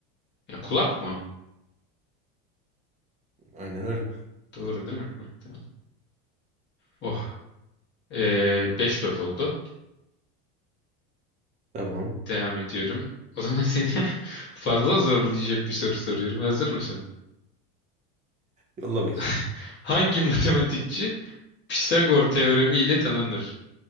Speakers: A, on the left; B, on the right.
A: Ya kulak mı?
B: Aynen öyle.
A: Doğru değil mi? Hı, Tamam. Oh. Ee, 5-4 oldu.
B: Tamam.
A: Devam ediyorum. O zaman seni <laughs> fazla zorlayacak bir soru soruyorum. Hazır mısın?
B: Yolla bakayım.
A: <laughs> Hangi matematikçi Pisagor teoremi ile tanınır?